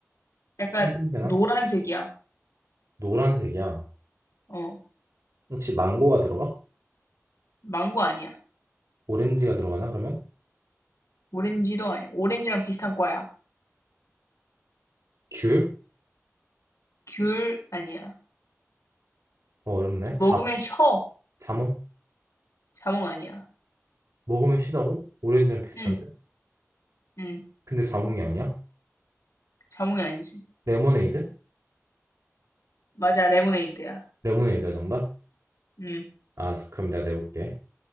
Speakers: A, on the left (about 75°); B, on the right (about 75°).
A: 약간
B: 생김새나?
A: 노란색이야.
B: 노란색이야.
A: 어,
B: 혹시 망고가 들어가?
A: 망고 아니야.
B: 오렌지가 들어가나 그러면?
A: 오렌지도 아니야. 오렌지랑 비슷한 과야.
B: 귤?
A: 귤 아니야.
B: 어, 어렵네. 자,
A: 먹으면 셔.
B: 자몽?
A: 자몽 아니야.
B: 먹으면 시다고? 오렌지랑 비슷한데?
A: 응, 응.
B: 근데 자몽이 아니야?
A: 자몽이 아니지.
B: 레모네이드?
A: 맞아, 레모네이드야.
B: 레모네이드야 정답?
A: 응,
B: 아 그럼 내가 내볼게.